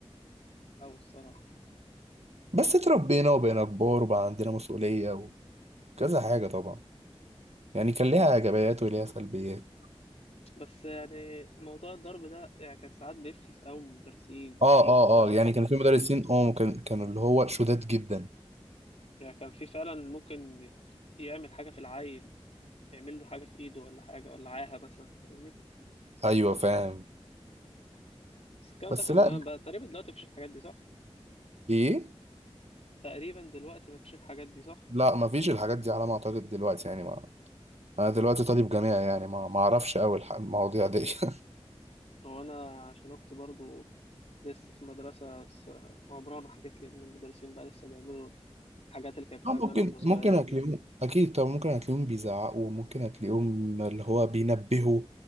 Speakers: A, on the left; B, on the right.
A: أوي الصراحة
B: بس اتربينا وبقينا كبار وبقى عندنا مسؤولية وكذا حاجة طبعا يعني كان ليها إيجابيات وليها سلبيات
A: بس يعني موضوع الضرب ده يعني كان ساعات بيفلت أوي من المدرسين
B: اه
A: يعني كان
B: اه
A: ساعات
B: اه يعني كان في مدرسين اه كان كانوا اللي هو شداد جدا
A: يعني كان في فعلا ممكن يعمل حاجة في العيل يعمل له حاجة في إيده ولا حاجة ولا عاهة مثلا فاهمني
B: ايوه فاهم
A: بس الكلام
B: بس
A: ده كان
B: لا
A: زمان بقى تقريبا دلوقتي مفيش الحاجات دي صح؟
B: ايه
A: تقريبا دلوقتي مفيش الحاجات دي صح؟
B: لا ما فيش الحاجات دي على ما اعتقد دلوقتي يعني ما انا دلوقتي طالب جامعي يعني ما ما اعرفش قوي المواضيع دي <laughs>
A: هو انا عشان اختي برضو لسه في المدرسه بس عمرها ما حكت لي ان المدرسين بقى لسه بيعملوا الحاجات اللي كانت بتعملنا
B: آه، ممكن
A: انا واحنا صغيرين
B: ممكن هتلاقيهم
A: دي
B: اكيد طب ممكن هتلاقيهم بيزعقوا ممكن هتلاقيهم اللي هو بينبهوا